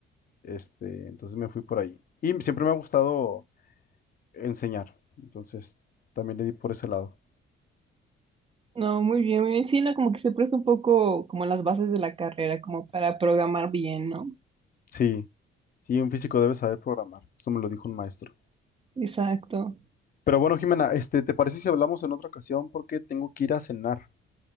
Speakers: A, on the left; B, on the right.
A: Este, entonces me fui por ahí. Y siempre me ha gustado enseñar. Entonces también le di por ese lado.
B: No, muy bien, muy bien. Sí, no, como que se presta un poco como las bases de la carrera, como para programar bien, ¿no?
A: Sí, sí, un físico debe saber programar. Eso me lo dijo un maestro.
B: Exacto.
A: Pero bueno, Jimena, este, ¿te parece si hablamos en otra ocasión? Porque tengo que ir a cenar.